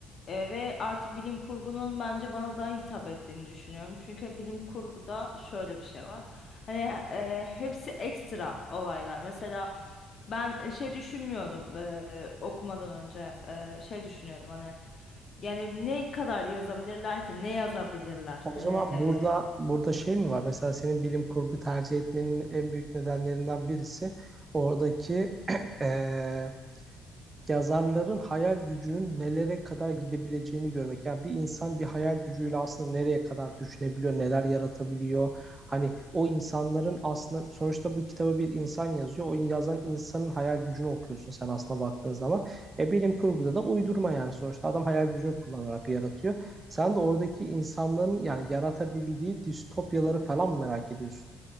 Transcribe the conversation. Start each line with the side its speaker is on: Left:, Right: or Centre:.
Left: E, ve artık bilim kurgunun bence bana daha hitap ettiğini düşünüyorum. Çünkü bilim kurguda şöyle bir şey var. Hani e, hepsi ekstra olaylar. Mesela ben e, şey düşünmüyordum e, okumadan önce E, şey düşünüyordum hani yani ne kadar yazabilirler ki ne yazabilirler
Right: O
Left: hani
Right: zaman
Left: e,
Right: burada burada şey mi var? Mesela senin bilim kurgu tercih etmenin en büyük nedenlerinden birisi oradaki <clears throat> eee, yazarların hayal gücünün nelere kadar gidebileceğini görmek. Yani bir insan bir hayal gücüyle aslında nereye kadar düşünebiliyor, neler yaratabiliyor. Hani o insanların aslında sonuçta bu kitaba bir insan yazıyor. O yazan insanın hayal gücünü okuyorsun sen aslında baktığın zaman. E bilim kurguda da uydurma yani sonuçta adam hayal gücünü kullanarak yaratıyor. Sen de oradaki insanların yani yaratabildiği distopyaları falan merak ediyorsun.